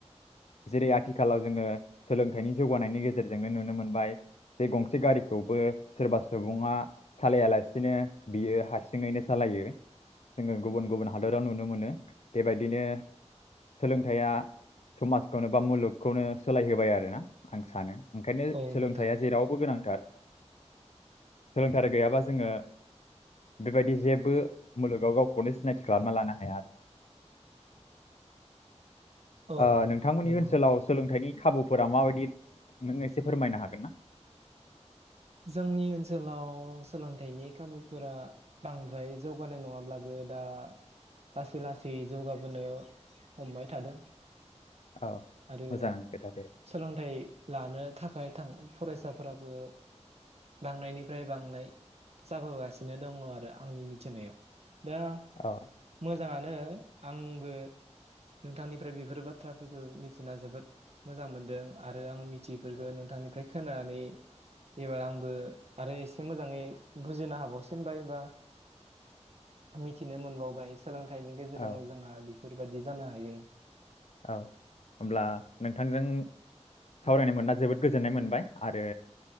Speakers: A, on the left; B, on the right.
A: जेरै- आथिखालाव जोङो सोलोंथाइनि जौगानायनि गेजेरजोंनो नुनो मोनबाय जे गंसे गारिखौबो सोरबा सुबुङा सालायालासिनो बियो हारसिङैनो सालायो जोङो गुबुन गुबुन हादराव नुनो मोनो। बेबायदिनो सोलोंथाइया समाजखौनो बा मुलुगखौनो सोलायहोबाय आरोना आं सानो। ओंखायनो
B: औ
A: सोलोंथाइआ
B: नोंथां
A: जेरावबो गोनांथार। सोलोंथाइ गैयाबा जोङो बेबायदि जेबो मुलुगाव गावखौनो सिनायथि खालामना लानो हाया आरो
B: औ
A: ओ नोंथांमोननि
B: नंगौ
A: ओनसोलाव सोलोंथाइनि- खाबुफोरा माबायदि नों एसे फोरमायनो हागोन ना?
B: जोंनि ओनसोलाव सोलोंथाइनि खाबुफोरा बांद्राय जौगानाय नङाब्लाबो दा लासै लासै जौगाबोनो हमबाय थादों।
A: औ
B: आरो
A: मोजां खोथा दे
B: सोलोंथाइ लानो थाखाय थां- फरायसाफोराबो- बांनायनिफ्राय बांनाय जाबोगासिनो दङ आरो आंनि मिथिनायाव, दा
A: औ
B: मोजाङानो- आंबो नोंथांनिफ्राय बेफोर बाथ्राफोरखौ मिथिना जोबोद मोजां मोनदों आरो आं - थिफोरखो
A: औ
B: नोंथांनिफ्राय खोना नानै- एबार आंबो आरो एसे मोजाङै बुजिनो हाबावसिनबाय बा मिथिनो मोनबावबाय। सोलोंथाइनि गेजेरजों
A: औ
B: जोंहा- बेफोरबायदि जानो हायो-
A: औ होमब्ला नोंथांजों सावरायनो मोनना जोबोद गोजोननाय मोनबाय आरो